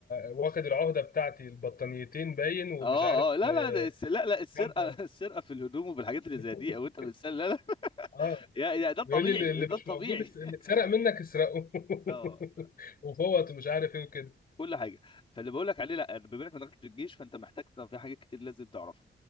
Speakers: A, on the left (about 50°); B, on the left (about 30°).
A: واخد العهده بتاعتي البطانيتين باين ومش
B: اه
A: عارف
B: اه لا
A: آه
B: لا ده الس... لا لا السرقه
A: مادة.
B: <laughs> السرقه في الهدوم وفي الحاجات اللي
A: <laughs>
B: زي دي او انت بتسال لا لا <laughs>
A: اه
B: يا يا ده الطبيعي
A: بيقول لي اللي اللي
B: ده
A: مش
B: الطبيعي
A: موجود اس- اللي
B: <laughs>
A: اتسرق منك اسرقه
B: اه
A: <laughs> وفوت ومش عارف ايه وكده
B: كل حاجه فاللي بقول لك عليه لا بما انك ما دخلتش الجيش فانت محتاج طب في حاجات كتير لازم تعرفها